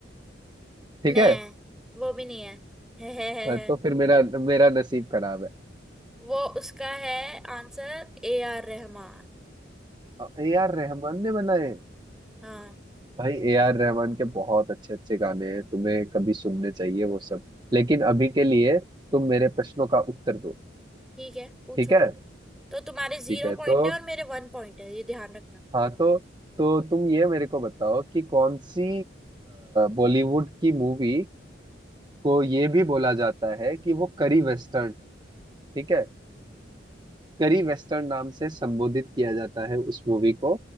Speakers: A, on the right (about 25°); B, in the centre.
A: ठीक
B: ने
A: है
B: वो भी नहीं है, है, है, है,
A: अ, तो
B: है।
A: फिर मेरा मेरा नसीब खराब है
B: वो उसका है आंसर ए आर रहमान
A: <laughs> ए आर रहमान ने बनाए
B: हाँ
A: भाई ए आर रहमान के बहुत अच्छे अच्छे गाने हैं तुम्हें कभी सुनने चाहिए वो सब लेकिन अभी के लिए तुम मेरे प्रश्नों का उत्तर दो
B: ठीक है पूछो
A: ठीक है
B: तो तुम्हारे जीरो
A: ठीक है
B: पॉइंट
A: तो
B: है और मेरे वन पॉइंट है ये ध्यान रखना
A: हाँ तो तो तुम ये मेरे को बताओ कि कौन सी बॉलीवुड की मूवी को ये भी बोला जाता है कि वो करी वेस्टर्न है ठीक है करी वेस्टर्न नाम से संबोधित किया जाता है उस मूवी को